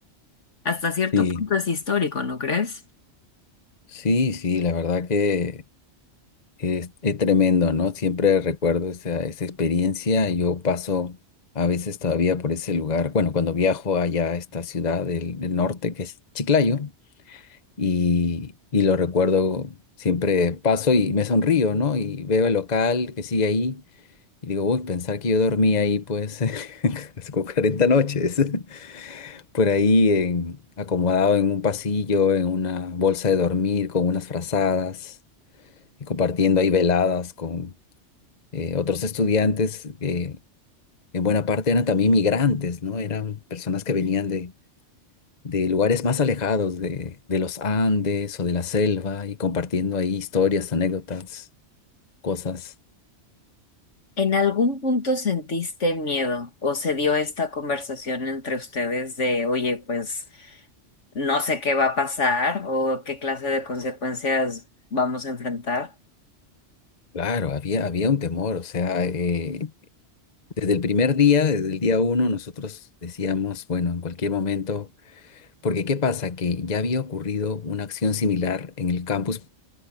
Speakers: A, on the left; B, on the left.
A: Hasta cierto
B: Sí,
A: punto es histórico, ¿no crees?
B: sí, sí, la verdad que... Es, es tremendo, ¿no? Siempre recuerdo esa, esa experiencia. Yo paso a veces todavía por ese lugar. Bueno, cuando viajo allá a esta ciudad del, del norte, que es Chiclayo, y, y lo recuerdo, siempre paso y me sonrío, ¿no? Y veo el local que sigue ahí y digo, uy, pensar que yo dormí ahí, pues, <laughs> hace como 40 noches, <laughs> por ahí en- acomodado en un pasillo, en una bolsa de dormir, con unas frazadas y compartiendo ahí veladas con eh, otros estudiantes que en buena parte eran también migrantes, ¿no? Eran personas que venían de, de lugares más alejados, de, de los Andes o de la selva, y compartiendo ahí historias, anécdotas, cosas.
A: ¿En algún punto sentiste miedo o se dio esta conversación entre ustedes de, oye, pues no sé qué va a pasar o qué clase de consecuencias vamos a enfrentar?
B: Claro, había, había un temor, o sea, eh, desde el primer día, desde el día uno, nosotros decíamos, bueno, en cualquier momento, porque ¿qué pasa? Que ya había ocurrido una acción similar en el campus